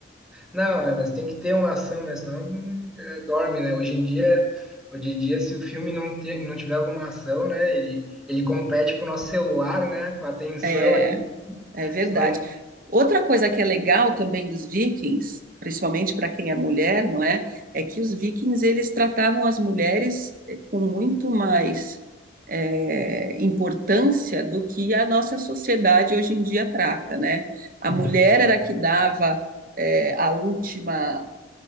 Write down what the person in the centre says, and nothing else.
Não, é, mas tem que ter uma ação, né? Senão hum, é, dorme, né? Hoje em dia, hoje em dia, se o filme não, ter, não tiver alguma ação, né? Ele, ele compete com o nosso celular, né? Com a atenção
ali,
senão.
Uhum,